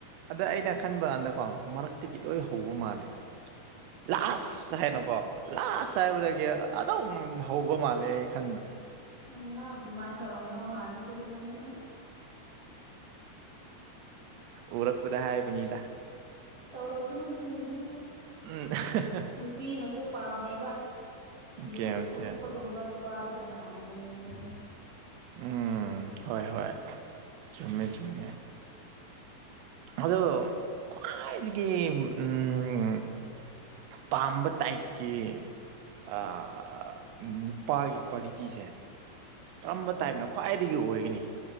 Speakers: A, on the right (about 85°); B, on the right (about 20°).
A: ꯑꯗ ꯑꯩꯅ ꯈꯟꯕ ꯀꯥꯟꯗꯀꯣ ꯃꯔꯛꯇꯒꯤ ꯂꯣꯏ ꯍꯧꯕ ꯃꯥꯜꯂꯦ ꯂꯥꯁ ꯍꯥꯏꯅꯀꯣ ꯂꯥꯁ ꯍꯥꯏꯕꯗꯒꯤ ꯑꯗꯨꯝ ꯍꯧꯕ ꯃꯥꯜꯂꯦ ꯈꯟꯕꯗ
B: ꯎꯝ ꯅꯪ ꯑꯗꯨꯃꯥꯏ ꯇꯧꯔꯝꯗꯧ ꯃꯥꯜꯂꯦ ꯑꯗꯨꯗꯤ ꯅꯪꯁꯨ
A: ꯎꯔꯛꯄꯗ ꯍꯥꯏꯕꯅꯤꯗ
B: ꯇꯧꯔꯛ ꯀꯅꯣ ꯑꯗꯨꯒꯨꯝꯕꯗꯨ
A: ꯎꯝ
B: ꯅꯨꯄꯤꯅꯁꯨ ꯄꯥꯝꯔꯣꯏꯕ
A: ꯑꯣꯀꯦ
B: ꯌꯨ
A: ꯑꯣꯀꯦ
B: ꯊꯛꯄꯥ ꯒꯨꯝꯕ ꯅꯨꯄꯥꯗ ꯀꯅꯥꯅ ꯂꯩꯅꯤꯡꯒꯅꯤ
A: ꯎꯝ ꯍꯣꯏ ꯍꯣꯏ ꯆꯨꯝꯃꯦ ꯆꯨꯝꯃꯦ ꯑꯗꯣ ꯈ꯭ꯋꯥꯏꯗꯒꯤ ꯎꯝ ꯄꯥꯝꯕ ꯇꯥꯏꯞꯀꯤ ꯑꯥ ꯅꯨꯄꯥꯒꯤ ꯀ꯭ꯋꯥꯂꯤꯇꯤꯁꯦ ꯀꯔꯝꯕ ꯇꯥꯏꯞꯅ ꯈ꯭ꯋꯥꯏꯗꯒꯤ ꯑꯣꯏꯒꯅꯤ